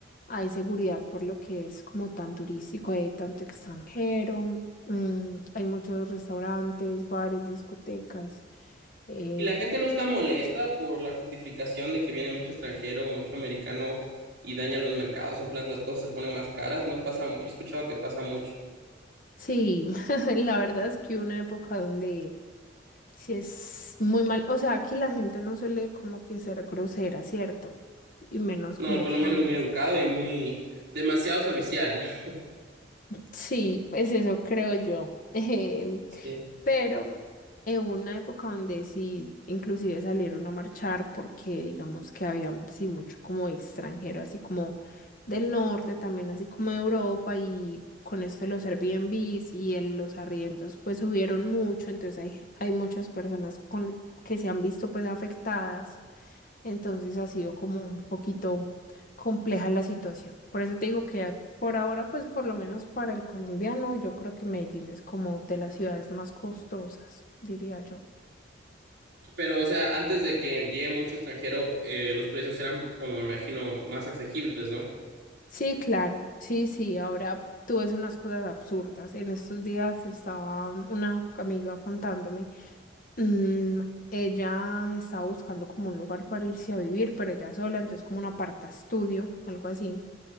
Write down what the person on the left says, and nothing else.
hay seguridad por lo que es como tan turístico, hay tanto extranjero, mm, hay muchos restaurantes, bares, discotecas. eh,
sí, <laughs> la verdad es que hubo una época donde sí es muy mal, o sea, aquí la gente no suele como que ser grosera, ¿cierto? Y menos
como
con...
Sí, pues eso creo yo. <laughs>
Pero en una época donde sí, inclusive salieron a marchar porque digamos que había sí mucho como extranjero, así como del norte, también así como de Europa y con esto de los Airbnbs y el- los arriendos pues subieron mucho, entonces hay, hay muchas personas con, que se han visto pues afectadas, entonces ha sido como un poquito compleja la situación. Por eso te digo que por ahora, pues por lo menos para el colombiano, yo creo que Medellín es como de las ciudades más costosas, diría yo.
Sí, claro, sí, sí, ahora tú ves unas cosas absurdas. En estos días estaba una amiga contándome, mm, ella estaba buscando como un lugar para irse a vivir, pero ella sola, entonces como un aparta estudio, algo así.